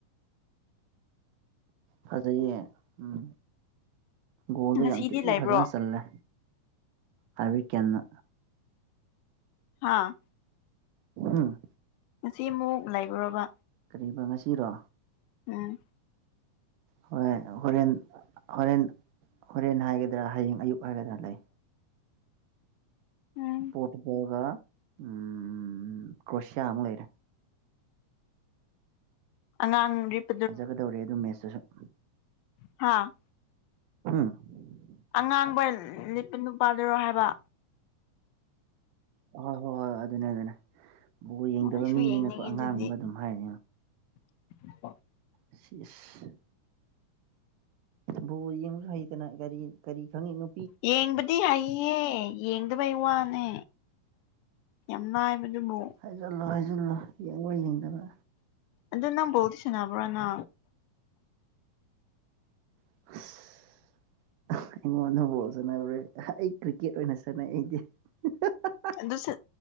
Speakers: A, on the right (about 80°); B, on the left (about 85°).
A: ꯐꯖꯩꯌꯦ ꯎꯝ ꯒꯣꯗꯣꯜꯗꯣ
B: ꯉꯁꯤꯗꯤ
A: ꯌꯥꯝ ꯊꯤ
B: ꯂꯩꯕ꯭ꯔꯣ
A: ꯐꯖꯅ ꯆꯜꯂꯦ ꯍꯥꯏꯕ꯭ꯔꯤ ꯀꯦꯟꯅ
B: ꯍꯥꯥ
A: ꯍꯨꯝ
B: ꯉꯁꯤ ꯑꯃꯨꯛ ꯂꯩꯕ꯭ꯔꯥꯕ
A: ꯀꯔꯤꯕ ꯉꯁꯤꯔꯣ
B: ꯎꯝ
A: ꯍꯣꯏ ꯍꯣꯔꯦꯟ ꯍꯣꯔꯦꯟ ꯍꯣꯔꯦꯟ ꯍꯥꯏꯒꯗ꯭ꯔꯥ ꯍꯌꯦꯡ ꯑꯌꯨꯛ ꯍꯥꯏꯒꯗ꯭ꯔꯥ ꯂꯩ
B: ꯎꯝ
A: ꯄꯣꯔꯇꯣꯒꯣꯜꯒ ꯎꯝ ꯀ꯭ꯔꯁꯌꯥ ꯑꯃꯨꯛ ꯂꯩꯔꯦ
B: ꯑꯉꯥꯡꯔꯤꯞ
A: ꯐꯖꯒꯗꯧꯔꯤ ꯑꯗꯨ ꯃꯦꯠꯁꯇꯨꯖꯨ
B: ꯍꯥꯥ
A: ꯍꯨꯝ
B: ꯑꯉꯥꯡꯕ ꯂꯤꯠꯄ ꯅꯨꯄꯥꯗꯨꯔꯣ ꯍꯥꯏꯕ
A: ꯍꯣꯏ ꯍꯣꯏ ꯍꯣꯏ ꯑꯗꯨꯅꯦ ꯑꯗꯨꯅꯦ ꯕꯣꯜ ꯌꯦꯡꯗꯕ
B: ꯑꯣ ꯑꯩꯁꯨ
A: ꯃꯤꯅꯤꯅꯀꯣ
B: ꯌꯦꯡꯅꯤꯡꯉꯦ
A: ꯑꯉꯥꯡꯕ
B: ꯑꯗꯨꯗꯤ
A: ꯑꯗꯨꯝ ꯍꯥꯏꯔꯤꯅꯤꯉꯣ
B: <unintelligible>
A: ꯁꯤꯁ ꯕꯣꯜ ꯌꯦꯡꯕꯖꯨ ꯍꯩꯇꯅ ꯀꯔꯤ ꯀꯔꯤ ꯈꯪꯉꯤꯅꯣ
B: ꯌꯦꯡꯕꯗꯤ ꯍꯩꯌꯦ ꯌꯦꯡꯗꯕꯩ ꯋꯥꯅꯦ ꯌꯥꯝ ꯂꯥꯏꯕꯗꯨꯕꯨ
A: ꯍꯥꯏꯖꯤꯜꯂꯣ ꯍꯥꯏꯖꯤꯜꯂꯣ ꯌꯦꯡꯕ ꯌꯦꯡꯗꯕ
B: ꯑꯗꯣ ꯅꯪ ꯕꯣꯏꯗꯤ ꯁꯥꯟꯅꯕ꯭ꯔꯣꯅ
A: <unintelligible> ꯑꯩꯉꯣꯟꯗ ꯕꯣꯜ ꯁꯟꯅꯕ꯭ꯔꯥ ꯑꯩ ꯀ꯭ꯔꯤꯛꯀꯦꯠ ꯑꯣꯏꯅ ꯁꯥꯟꯅꯩ ꯑꯩꯗꯤ ꯍꯥ ꯍꯥ ꯍꯥ
B: ꯑꯗꯨ ꯁ